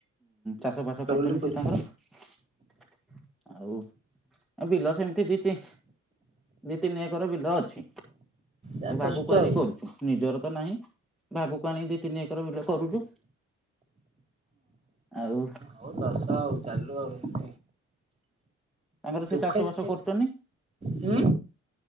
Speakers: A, in the centre; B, on the right.
A: ଚାଷ ଫାସ
B: ବୁଲାବୁଲି
A: କରୁଛନ୍ତି
B: କରି
A: ସେ ତାଙ୍କର। ଆଉ ବିଲ ସେମିତି ଦେଇଛି। ଦି ତିନି ଏକର ବିଲ ଅଛି
B: ଯା ତସୁଛୁ
A: ଭାଗକୁ ଆଣି
B: ଆଉ
A: କରୁଛୁ। ନିଜର ତ ନାହିଁ ଭାଗକୁ ଆଣିକି ଦି ତିନି ଏକର ବିଲ କରୁଛୁ। ଆଉ
B: ହଉ ଦସ ଆଉ ଚାଲୁ ଆଉ।
A: ତାଙ୍କର ସେ
B: ଦୁଃଖେ
A: ଚାଷ
B: ସୁଖେ
A: ବାସ କରୁଚନି
B: ହୁଁ